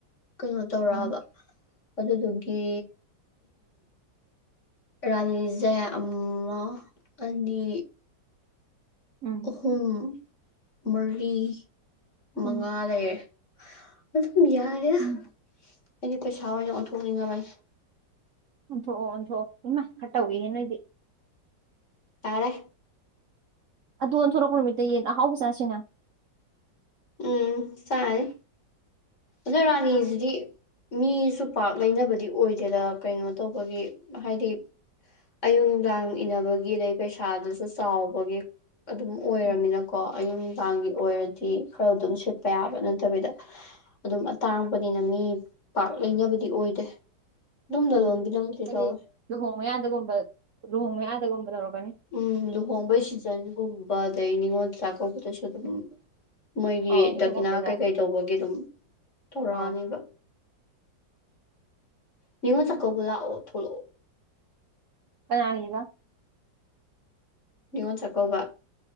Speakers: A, on the left (about 40°); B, on the right (about 55°).
A: ꯀꯩꯅꯣ ꯇꯧꯔꯛꯑꯕ
B: ꯎꯝ
A: ꯑꯗꯨꯗꯨꯒꯤ ꯔꯥꯅꯤꯖꯦ ꯑꯃ ꯑꯅꯤ
B: ꯎꯝ
A: ꯑꯍꯨꯝ ꯃꯔꯤ ꯃꯉꯥ
B: ꯎꯝ
A: ꯂꯩꯔꯦ ꯑꯗꯨꯝ ꯌꯥꯔꯦꯗ ꯑꯩꯗꯤ
B: ꯎꯝ
A: ꯄꯩꯁꯥ ꯑꯣꯏꯅ ꯑꯣꯟꯊꯣꯛꯅꯤꯡꯉꯕꯅꯤ
B: ꯑꯣꯟꯊꯣꯛꯑꯣ ꯑꯣꯟꯊꯣꯀꯥꯑꯣ ꯏꯃꯥꯏ ꯈꯔ ꯇꯧꯏꯍꯦ ꯅꯣꯏꯗꯤ
A: ꯇꯥꯔꯦ
B: ꯑꯗꯣ ꯑꯣꯟꯊꯣꯔꯛꯄ ꯅꯨꯃꯤꯠꯇ ꯌꯦꯟ ꯑꯍꯥꯎꯕ ꯆꯥꯁꯤꯅ
A: ꯎꯝ ꯆꯥꯅꯤ <unintelligible> ꯔꯥꯅꯤꯖꯤꯗꯤ ꯃꯤꯖꯨ ꯄꯥꯛ ꯂꯩꯅꯕꯗꯤ ꯑꯣꯏꯗꯦꯗ ꯀꯩꯅꯣ ꯇꯧꯕꯒꯤ ꯍꯥꯏꯗꯤ ꯑꯌꯨꯛ ꯅꯨꯡꯗꯥꯡ ꯏꯟꯅꯅꯕꯒꯤ ꯑꯗꯩ ꯄꯩꯁꯥꯗꯨꯖꯨ ꯆꯥꯎꯕꯒꯤ ꯑꯗꯨꯝ ꯑꯣꯏꯔꯝꯃꯤꯅꯀꯣ
B: ꯎꯝ
A: ꯑꯌꯨꯛ ꯅꯨꯡꯗꯥꯡꯒꯤ ꯑꯣꯏꯔꯗꯤ ꯈꯔ ꯑꯗꯨꯝ ꯁꯤꯠꯄ ꯌꯥꯕ ꯅꯠꯇꯕꯤꯗ ꯑꯗꯨꯝ ꯑꯇꯥꯡꯕꯅꯤꯅ ꯃꯤ ꯄꯥꯛ ꯂꯩꯅꯕꯗꯤ ꯑꯣꯏꯗꯦ ꯗꯨꯝ ꯂꯂꫭꯟꯕꯤꯅꯕꯨꯗꯤ
B: ꯎꯝ ꯍꯥꯏꯗꯤ
A: ꯂꯧꯋꯦ
B: ꯂꯨꯍꯣꯡ ꯃꯌꯥꯗꯒꯨꯝꯕ ꯂꯨꯍꯣꯡ ꯃꯌꯥꯗꯒꯨꯝꯕ ꯇꯧꯔꯛꯀꯅꯤ
A: ꯎꯝ ꯂꯨꯍꯣꯡꯕꯩ ꯁꯤꯖꯟꯒꯨꯝꯕ ꯑꯗꯩ ꯅꯤꯉꯣꯜ ꯆꯥꯛꯀꯧꯕꯗꯁꯨ ꯑꯗꯨꯝ ꯃꯣꯏꯒꯤ
B: ꯑꯧ ꯑꯗꯨꯒꯨꯝꯕꯗ
A: ꯗꯈꯤꯅꯥ ꯀꯩꯀꯩ ꯇꯧꯕꯒꯤ ꯑꯗꯨꯝ ꯇꯧꯔꯛꯑꯅꯤꯕ
B: ꯑꯧ
A: ꯅꯤꯡꯉꯣꯜ ꯆꯥꯛꯀꯧꯕ ꯂꯥꯛꯑꯣ ꯊꯣꯛꯂꯛꯑꯣ
B: <unintelligible>
A: ꯅꯤꯉꯣꯜ ꯆꯥꯛꯀꯧꯕ